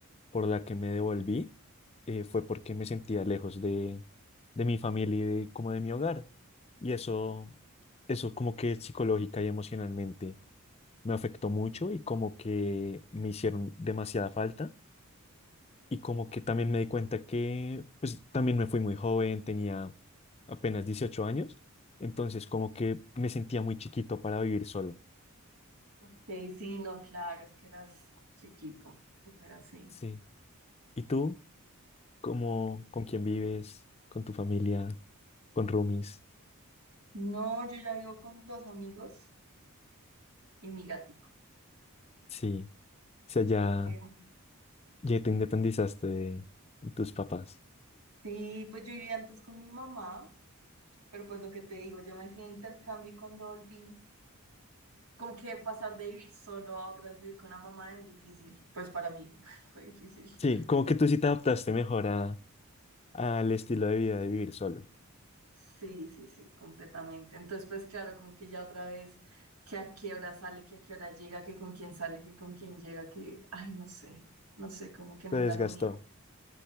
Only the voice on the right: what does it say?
Ok, sí, no, claro, es que eras chiquito. O sea, sí.
No, yo ya vivo con dos amigos y mi gatico.
Pero-
sí, pues yo vivía antes con mi mamá, pero pues lo que te digo, yo me fui a intercambio y cuando volví, como que pasar de vivir solo a otra vez vivir con la mamá es difícil. Pues para mí <laughs> fue difícil.
Sí, sí, sí, completamente. Entonces, pues claro, como que ya otra vez, que a qué hora sale, que a qué hora llega, que con quién sale, que con quién llega, que, ay, no sé, no sé, como que
no era
lo mío.